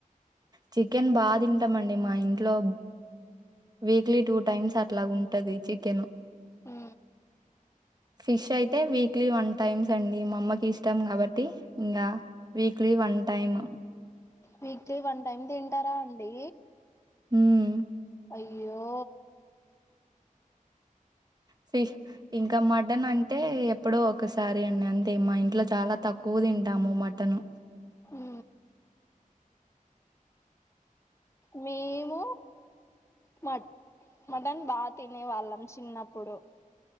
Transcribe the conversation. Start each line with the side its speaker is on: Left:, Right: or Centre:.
Right: చికెన్ బాగా తింటాంమండి మా ఇంట్లో వీక్లీ టూ టైమ్స్ అట్లా ఉంటది చికెన్
Left: ఉ
Right: ఫిష్ అయితే వీక్లీ వన్ టైమ్స్ అండి మా అమ్మకి ఇష్టం కాబట్టి ఇంకా weekly one time
Left: weekly one time తింటారా అండి
Right: ఉమ్
Left: అయ్యో
Right: ఫి ఇంకా మటన్ అంటే ఎప్పుడో ఒకసారి అండి అంతే మా ఇంట్లో చాలా తక్కువ తింటాము మటన్
Left: ఊ మేము మట్ మటన్ బాగా తినే వాళ్ళం చిన్నప్పుడు